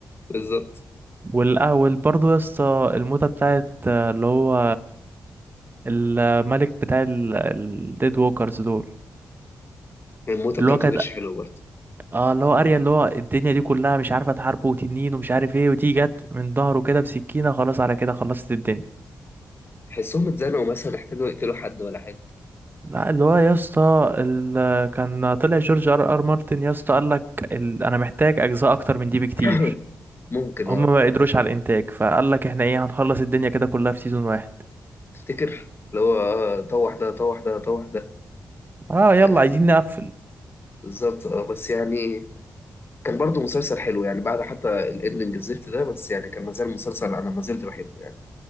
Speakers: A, on the left; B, on the right.
A: بالظبط
B: والاول برضو يا اسطى الموتة بتاعت آه، اللي هو الملك بتاع الديد ووكرز دول
A: الموتة
B: اللي
A: بتاعته
B: هو كانت
A: ما كانتش حلوه برضه
B: اه اللي هو اريا اللي هو الدنيا دي كلها مش عارفه تحاربه وتنين ومش عارف ايه ودي جت من ظهره كده بسكينه خلاص على كده خلصت الدنيا
A: تحسهم اتزنقوا مثلا احتاجوا يقتلوا حد ولا حاجه
B: لا اللي هو يا اسطى ال- كان طلع جورج ار ار مارتن يا اسطى قال لك ال... انا محتاج اجزاء اكتر من دي بكتير
A: <coughs> <clears throat> ممكن
B: هما
A: اه
B: ما قدروش على الانتاج فقال لك احنا ايه هنخلص الدنيا كده كلها في سيزون واحد
A: تفتكر اللي هو اه طوح ده طوح ده طوح ده
B: اه يلا
A: آه،
B: عايزين نقفل
A: بالظبط اه بس يعني كان برضه مسلسل حلو يعني بعد حتى الاندنج الزفت ده بس يعني كان مازال مسلسل انا ما زلت بحبه يعني